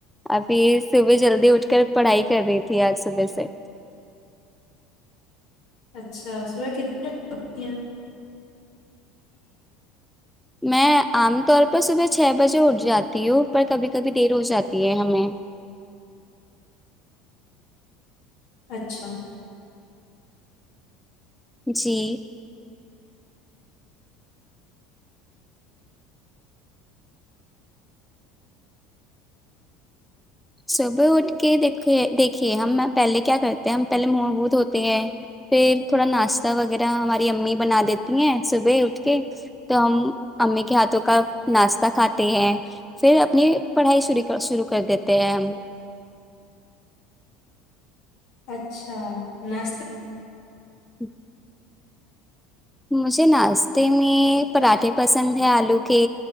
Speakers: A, in the centre; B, on the left.
A: ابھی صبح جلدی اٹھ کر پڑھائی کر رہی تھی آج صبح سے
B: اچھا صبح کتنی اٹتی ہیں
A: میں عام طور پر صبح چھ بجے اٹھ جاتی ہوں پر کبھی کبھی دیر ہو جاتی ہے ہمیں
B: اچھا
A: جی صبح اٹھ کے دیکھ دیکھیے ہم پہلے کیا کرتے ہیں ہم پہلے مہ م دھ ہوتے ہیں پھر تھوڑا ناشتہ وغیرہ ہماری امی بنا دیتی ہیں صبح اٹ کے تو ہم امی کے ہاتھوں کا ناشتہ کھاتے ہیں پھر اپنی پڑھائیع شروع کر دیتے <unintelligible>
B: اچھا ناشہ
A: جی مجھے ناشتے میں پراٹھے پسند ہے آلو کے